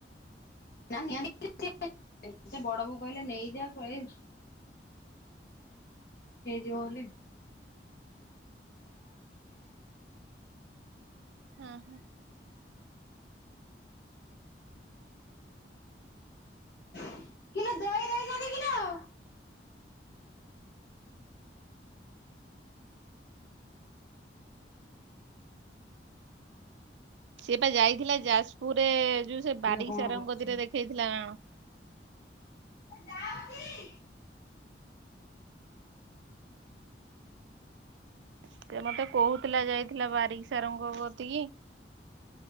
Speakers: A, on the left; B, on the right.
A: <unintelligible> ବଡବୋଉ କହିଲେ ନେଇ ଯାଓ <unintelligible> ହେଇଯିବ ବୋଲି
B: ହୁଁ ହୁଁ।
A: <unintelligible>
B: ସିଏ ପା ଯାଇଥିଲା ଯାଜପୁରରେ ଯୋଉ ସେ
A: ଦେଖିଆ
B: ବାରିକ
A: କଣ
B: ସାରଙ୍କ
A: କରୁଛି
B: କତିରେ ଦେଖେଇଥିଲା ନା କଣ?
A: <unintelligible>
B: ସେ ମତେ କହୁଥିଲା ଯାଇଥିଲା ବାରିକ ସାରଙ୍କ କତିକି